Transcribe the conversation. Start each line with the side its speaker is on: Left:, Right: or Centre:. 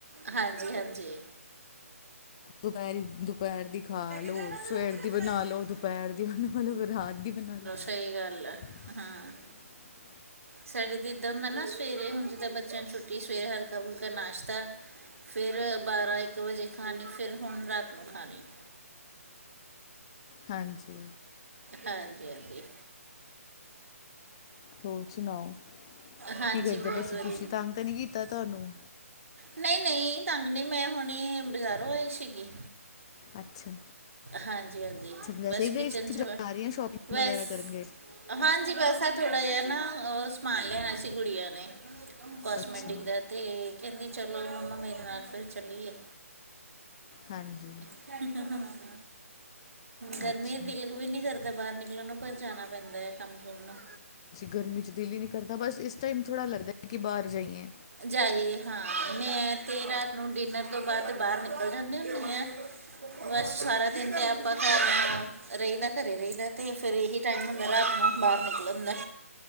Right: ਹਾਂਜੀ-ਹਾਂਜੀ।
Left: ਦੁਪਹਿਰੀ, ਦੁਪਹਿਰ ਦੀ ਖਾਲੋ,
Right: ਜਾਣਾ ਨਾਲ
Left: ਸਵੇਰ
Right: ਕਿ ਰੱਖਣਾ
Left: ਦੀ ਬਣਾਲੋ,
Right: ਇੱਥੇ
Left: ਦੁਪਹਿਰ ਦੀ ਬਣਾਲੋ, ਫੇਰ ਰਾਤ ਦੀ ਬਣਾਲੋ।
Right: ਛਈ ਗੱਲ ਆ।
Left: <inaudible>
Right: ਹਾਂ ਸਾਡੇ ਤੇ ਇੱਦਾਂ ਹੁੰਦਾ ਨਾ ਸਵੇਰੇ ਹੁੰਣ ਜਿਦਾਂ ਬੱਚਿਆਂ ਨੂੰ ਛੁੱਟੀ ਏ, ਸਵੇਰੇ ਹਲਕਾ-ਫੁਲਕਾ ਨਾਸ਼ਤਾ ਫਿਰ ਬਾਰ੍ਹਾ-ਇੱਕ ਵਜੇ ਖਾਣੀ, ਫਿਰ ਹੁਣ ਰਾਤ ਨੂੰ ਖਾਣੀ।
Left: ਹਾਂਜੀ।
Right: ਹਾਂਜੀ-ਹਾਂਜੀ।
Left: ਹੋਰ ਸੁਣਾਓ,
Right: ਹਾਂਜੀ
Left: ਕੀ ਕਰਦੇ
Right: ਬਹੁਤ
Left: ਪਏ ਸੀ
Right: ਵਧੀਆ
Left: ਤੁਸੀਂ, ਤੰਗ ਤਾਂ ਨਹੀਂ ਕੀਤਾ ਤੁਹਾਨੂੰ?
Right: ਨਹੀਂ-ਨਹੀਂ ਤੰਗ ਨਹੀਂ, ਮੈਂ ਹੁਣੀ, ਬਜ਼ਾਰੋਂ ਆਈ ਸੀਗੀ।
Left: ਅੱਛਾ,
Right: ਹਾਂਜੀ ਹਾਂਜੀ
Left: ਅੱਛਾ ਵੈਸੇ
Right: ਬਸ
Left: ਹੀ ਗਏ
Right: ਕਿਚਨ
Left: ਸੀ
Right: 'ਚ
Left: ਜਾਂ ਵਿਆਹ ਦੀਆਂ ਸ਼ੋਪਿੰਗ
Right: ਬਸ
Left: ਵਗੈਰਾ ਕਰਨ ਗਏ ਸੀ।
Right: ਹਾਂਜੀ ਬਸ ਆ ਥੋੜ੍ਹਾ ਜਿਹਾ ਨਾ, ਅ ਸਮਾਨ ਲਿਆਣਾ ਸੀ ਗੁੜੀਆ ਨੇ। ਕੋਸਮੈਟਿਕ
Left: ਅੱਛਾ
Right: ਦਾ, ਤੇ ਕਹਿੰਦੀ ਚਲੋ ਮੰਮਾ ਮੇਰੇ ਨਾਲ ਫਿਰ ਚੱਲੀਏ।
Left: ਹਾਂਜੀ।
Right: ਹ ਹ ਹ ਹ। ਗਰਮੀ'ਚ
Left: ਅੱਛਾ
Right: ਦਿਲ ਵੀ ਨੀ ਕਰਦਾ ਬਾਹਰ ਨਿਕਲਣ ਨੂੰ, ਪਰ ਜਾਣਾ ਪੈਂਦਾ ਹੈ ਕੰਮ-ਕੁੰਮ ਨੂੰ।
Left: ਗਰਮੀ'ਚ ਦਿਲ ਹੀ ਨਹੀਂ ਕਰਦਾ, ਬਸ ਇਸ ਟਾਈਮ ਥੋੜ੍ਹਾ ਲੱਗਦਾ ਹੈ ਕਿ ਬਾਹਰ ਜਾਈਏ।
Right: ਜਾਈਏ ਹਾਂ। 'ਮੈਂ' ਤੇ ਰਾਤ ਨੂੰ ਡਿਨਰ ਤੋਂ ਬਾਅਦ ਬਾਹਰ ਨਿਕਲ ਜਾਂਦੀ ਹੁੰਨੀ ਹਾਂ। ਬੱਸ ਸਾਰਾ ਦਿਨ ਤੇ ਆਪਾਂ ਘਰ ਨੂੰ ਰਹੀਦਾ, ਘਰੇ ਰਹੀਦਾ ਤੇ ਫੇਰ ਇਹੀ ਟਾਈਮ ਹੁੰਦਾ ਰਾਤ ਨੂੰ ਬਾਹਰ ਨਿਕਲਣ ਦਾ।